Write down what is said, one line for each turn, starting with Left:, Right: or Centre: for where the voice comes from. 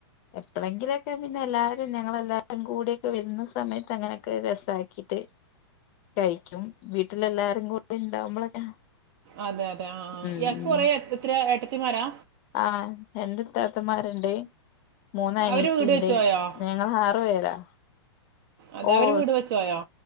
Left: എപ്പളെങ്കിലൊക്കെ പിന്നെ എല്ലാരും ഞങ്ങളെല്ലാരും കൂടിക്കെ വെര്ന്ന സമയത്ത് അങ്ങനെക്കെ രെസാക്കീട്ട് കഴിക്കും വീട്ടിലെല്ലാരും കൂടി ഇണ്ടാവുമ്പളൊക്കെ
Right: അതെ അതെ ആഹ് ആഹ്
Left: ഉം
Right: ഇയാക്ക് കൊറെ എത്ര ഏട്ടത്തിമാരാ
Left: ആഹ് രണ്ട് ഇത്തത്തമാരിണ്ട് മൂന്നനിയത്തിണ്ട്
Right: അവർ വീട് വെച്ച്
Left: ഞ
Right: പോയോ
Left: ഞങ്ങളാറ് പേരാ
Right: അതെ
Left: ഓഹ്
Right: അവർ വീട് വെച്ച് പോയോ